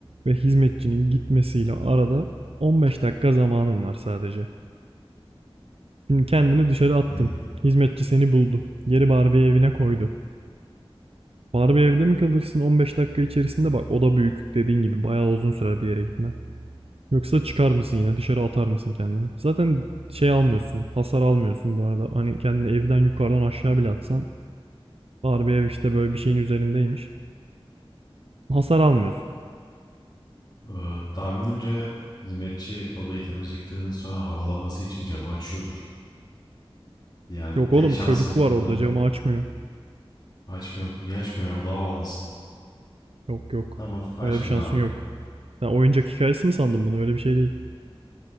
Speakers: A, on the right (about 75°); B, on the left (about 45°).
A: ve hizmetçinin gitmesiyle arada 15 dakika zamanın var sadece. Şimdi kendini dışarı attın.
B: Hmm.
A: Hizmetçi seni buldu. Geri Barbie evine koydu. Barbie evde mi kalırsın 15 dakika içerisinde bak o da büyük. Dediğin gibi bayağı uzun süre bir yere gitmen. Yoksa çıkar mısın yine dışarı atar mısın kendini? Zaten şey almıyorsun hasar almıyorsun bu arada. Hani kendini evden yukarıdan aşağı bile atsan Barbie ev işte böyle bir şeyin üzerindeymiş. Hasar almıyorsun.
B: Ee, tahminimce Hizmetçi odayı temizlikten sonra havalanması için camı açıyordur. Yani
A: Yok
B: tek
A: oğlum
B: şansımı
A: çocuk
B: kullanırdım.
A: var orada camı açmıyor.
B: Açmıyor. mu? Niye açmıyor ya? O daha bağlansın.
A: Yok yok
B: Tamam açmıyor
A: öyle bir şansın
B: abi.
A: yok. Sen oyuncak hikayesi mi sandın bunu öyle bir şey değil.